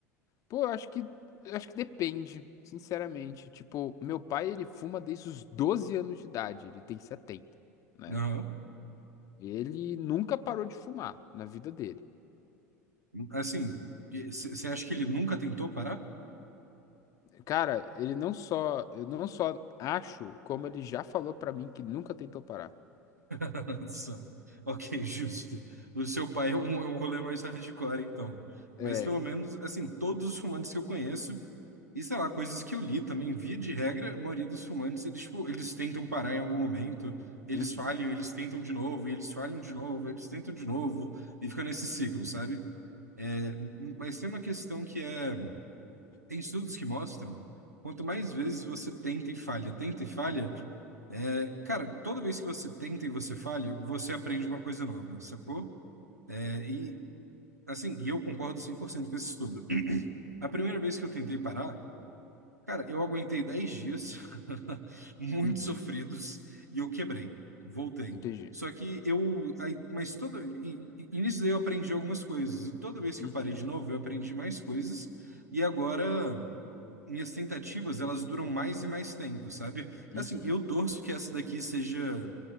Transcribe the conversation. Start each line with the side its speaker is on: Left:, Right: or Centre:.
Left: Pô, eu acho que eu acho que depende, sinceramente. Tipo, meu pai, ele fuma desde os 12 anos de idade, ele tem setenta né?
Right: Aham.
Left: Ele nunca parou de fumar na vida dele.
Right: Assim, você acha que ele nunca tentou parar?
Left: Cara, ele não só, eu não só acho, como ele já falou pra mim que nunca tentou parar.
Right: <laughs> Só. Ok, justo. O seu pai é um, é um rolê mais hardcore, então. Mas
Left: É,
Right: pelo menos, assim, todos os fumantes que eu conheço, e sei lá, coisas que eu li também, via de regra, a maioria dos fumantes, eles, tipo, eles tentam parar em algum momento, eles
Left: uhum,
Right: falham, eles tentam de novo, e eles falham de novo, eles tentam de novo, e fica nesse ciclo, sabe? É, mas tem uma questão que é, tem estudos que mostram, quanto mais vezes você tenta e falha, tenta e falha, é, cara, toda vez que você tenta e você falha, você aprende uma coisa nova, sacou? É, e assim, e eu concordo 100% com esse estudo. A primeira vez que eu tentei parar, Cara, eu aguentei 10 dias, <laughs> muito
Left: uhum,
Right: sofridos, e eu quebrei. Voltei.
Left: entendi.
Right: Só que eu. Aí, mas todo. E, e e nisso daí eu aprendi algumas coisas. E toda vez que
Left: Uhum,
Right: eu parei de novo, eu aprendi mais coisas. E agora, minhas tentativas, elas duram mais e mais tempo, sabe?
Left: uhum,
Right: Assim, eu torço que essa daqui seja